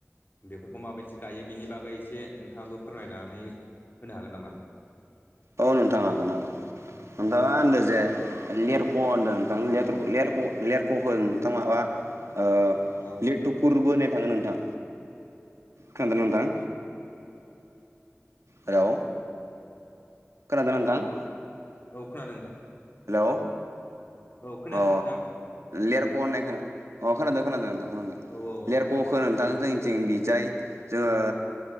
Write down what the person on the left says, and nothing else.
बेफोरखौ माबायदि गायो बेनि बागै एसे नोंथाङाबो फोरमायनानै होनो हागोन नामा?
औ
औ।
औ
औ खोनादों नोंथां।
औ खोनायाखै
नोंथां
औ औ।
उम